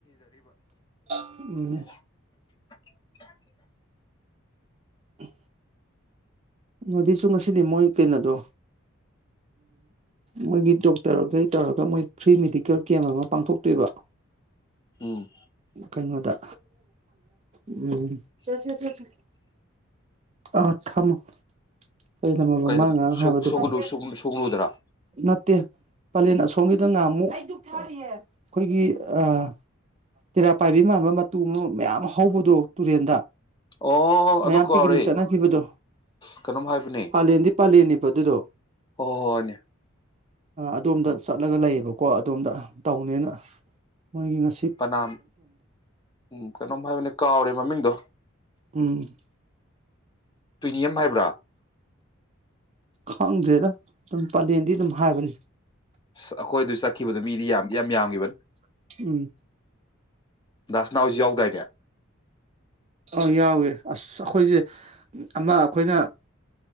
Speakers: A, on the right; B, on the left.
A: ꯎꯝ
B: <unintelligible>
A: ꯎꯝ ꯑꯗꯨꯁꯨ ꯉꯁꯤꯗꯤ ꯃꯣꯏ ꯀꯩꯅꯣꯗꯣ ꯃꯣꯏꯒꯤ ꯗꯣꯛꯇꯔꯈꯩ ꯇꯧꯔꯒ ꯃꯣꯏ ꯐ꯭ꯔꯤ ꯃꯦꯗꯤꯀꯦꯜ ꯀꯦꯝ ꯑꯃ ꯄꯥꯡꯊꯣꯛꯇꯣꯏꯕ
B: ꯎꯝ
A: ꯀꯩꯅꯣꯗ ꯎꯝ ꯁꯦ ꯁꯦ ꯁꯦ ꯁꯦ ꯑ ꯊꯝꯃꯣ ꯀꯔꯤ ꯂꯝ ꯍꯥꯏꯕ
B: ꯀꯩ
A: ꯃꯥ ꯉꯔꯥꯡ ꯍꯥꯏꯕꯗꯨꯕꯣ
B: ꯁꯨꯒꯅꯨ ꯁꯨꯒꯅꯨꯗꯔꯥ
A: ꯅꯠꯇꯦ ꯄꯂꯦꯟ ꯑꯁꯣꯝꯒꯤꯗ ꯉꯥꯃꯨꯛ ꯑꯩꯈꯣꯏꯒꯤ ꯑꯥ ꯇꯦꯔꯥ ꯄꯥꯏꯕꯤ ꯃꯥꯟꯕ ꯃꯇꯨ ꯑꯃ ꯃꯌꯥꯝ ꯍꯧꯕꯗꯣ ꯇꯨꯔꯦꯟꯗ
B: ꯑꯣꯣ
A: ꯃꯌꯥꯝ
B: ꯑꯗꯨ ꯀꯥꯎꯔꯦ
A: ꯄꯤꯛꯅꯤꯛ ꯆꯠꯅꯈꯤꯕꯗꯣ
B: ꯀꯩꯅꯣꯝ ꯍꯥꯏꯕꯅꯦ
A: ꯄꯥꯂꯦꯟꯗꯤ ꯄꯥꯂꯦꯟꯅꯦꯕ ꯑꯗꯨꯗꯣ
B: ꯑꯣ ꯍꯣ ꯍꯣꯏꯣꯏꯅꯦ
A: ꯑꯗꯣꯝꯗ ꯆꯠꯂꯒ ꯂꯩꯌꯦꯕꯀꯣ ꯑꯗꯣꯝꯗ ꯇꯧꯅꯦꯅ ꯃꯣꯏꯒꯤ ꯉ
B: ꯄꯅꯥꯝ ꯎꯝ ꯀꯩꯅꯣꯝ ꯍꯥꯏꯕꯅꯦ ꯀꯥꯎꯔꯦ ꯃꯃꯤꯡꯗꯣ
A: ꯎꯝ
B: ꯇꯨꯏꯅꯤꯌꯝ ꯍꯥꯏꯕ꯭ꯔꯥ
A: ꯈꯪꯗ꯭ꯔꯦꯗ ꯑꯗꯨꯝ ꯄꯂꯦꯟꯗꯤ ꯑꯗꯨꯝ ꯍꯥꯏꯕꯅꯤ
B: ꯁꯛ <unintelligible> ꯑꯩꯈꯣꯏ ꯑꯗꯨ ꯆꯠꯈꯤꯕꯗꯨ ꯃꯤꯗꯤ ꯌꯥꯝꯗꯤ ꯌꯥꯝ ꯌꯥꯝꯒꯤꯕꯅꯤ
A: <unintelligible>
B: ꯗꯥ ꯁꯅꯥ ꯍꯣꯏꯖꯨ ꯌꯥꯎꯗꯥꯏꯅꯦ
A: ꯑ ꯌꯥꯎꯋꯦ ꯑꯁ ꯑꯈꯣꯏꯖꯦ ꯑꯃ ꯑꯈꯣꯏꯅ